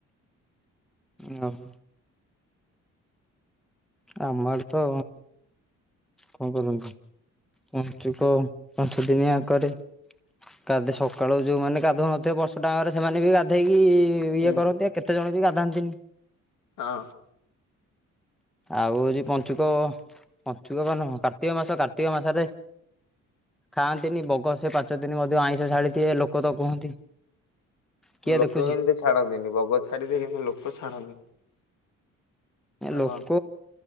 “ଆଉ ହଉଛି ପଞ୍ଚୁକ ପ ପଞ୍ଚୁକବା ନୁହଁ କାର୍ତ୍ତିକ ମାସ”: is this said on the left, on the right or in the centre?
Centre